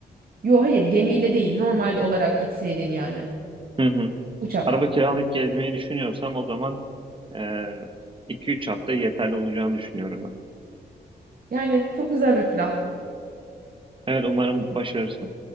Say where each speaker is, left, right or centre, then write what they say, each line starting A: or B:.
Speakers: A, on the right (about 55°); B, on the right (about 30°).
A: Yo hayır gemiyle değil normal olarak gitseydin yani
B: Hı hı.
A: uçakla.
B: Araba kiralayıp gezmeyi düşünüyorsam o zaman e, iki üç hafta yeterli olacağını düşünüyorum ben.
A: Yani çok güzel bir plan.
B: Evet umarım başarırsın.